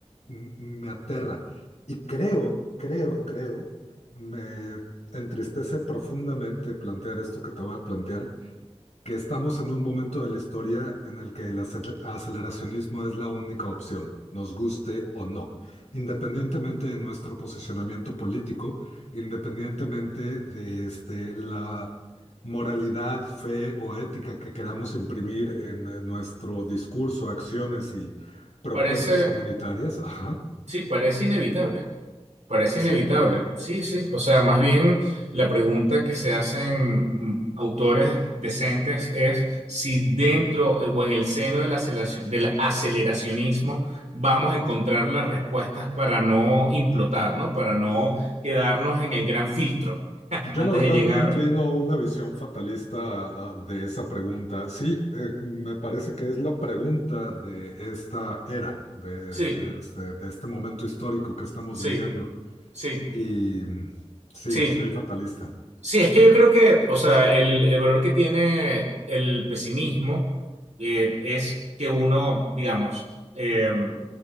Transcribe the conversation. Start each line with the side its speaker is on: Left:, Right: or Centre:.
Left: m- me aterra y creo, creo, creo, me entristece profundamente plantear esto que te voy a plantear, que estamos en un momento de la historia en el que el acel- aceleracionismo es la única opción, nos guste o no, independientemente de nuestro posicionamiento político, independientemente de este, la moralidad, fe o ética que queramos imprimir en, eh, nuestro discurso, acciones y propuestas
Right: Parece,
Left: comunitarias. Ajá,
Right: sí, parece inevitable. Parece
Left: Sí.
Right: inevitable. Sí, sí. O sea, más bien la pregunta que se hacen mm, autores decentes es si dentro eh, o en el seno del la aceleraci- del aceleracionismo vamos a encontrar las respuestas para no implotar, ¿no? Para no quedarnos en el gran filtro <laughs>
Left: Yo
Right: antes
Left: la verdad
Right: de llegar.
Left: me inclino a una visión fatalista ah, de esa pregunta. Sí, eh, me parece que es la pregunta de esta era, de
Right: Sí,
Left: este, de este momento histórico que estamos
Right: sí,
Left: viviendo.
Right: sí,
Left: Y mm, sí,
Right: sí.
Left: soy fatalista.
Right: Sí, es que yo creo que, o sea, el, el valor que tiene el pesimismo eh, es que uno, digamos, em,